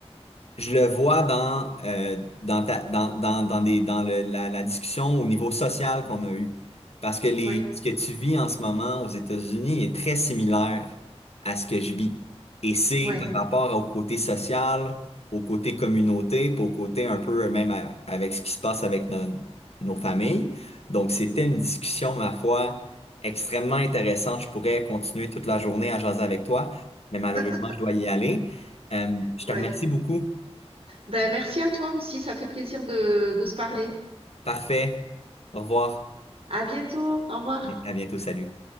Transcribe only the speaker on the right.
ouais,
ouais.
Mhm.
<laughs>
Ouais.
Ben, merci à toi aussi, ça fait plaisir de, de se parler.
À bientôt, au revoir.